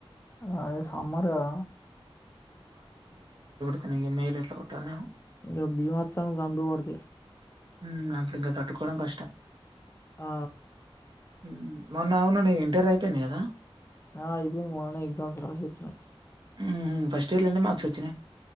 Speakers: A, on the left (about 25°); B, on the right (about 50°).
A: అదే సమ్మర్ కదా
B: తని ఇగ మేలో ఎట్లా కొట్టాలనేమో
A: ఇంగ బీభత్సంగా సంపి పెడుతయి
B: ఊ అప్పుడు ఇంక తట్టుకోవడం కష్టం
A: ఆ
B: హు మొన్న అవును నీ ఇంటర్ అయిపోయింది కదా
A: ఆ అయిపోయింది మొన్ననే ఎగ్జామ్స్ రాసొచ్చా
B: ఊహు ఫస్ట్ ఇయర్లో ఎన్ని మార్క్స్ వచ్ చ్చినయ్